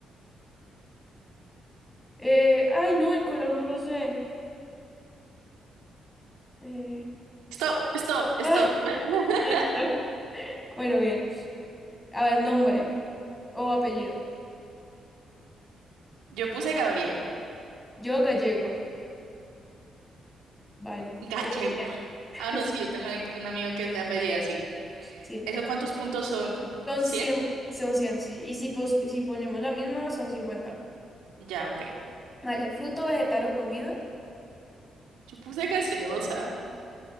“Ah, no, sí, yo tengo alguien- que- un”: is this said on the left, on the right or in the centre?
Right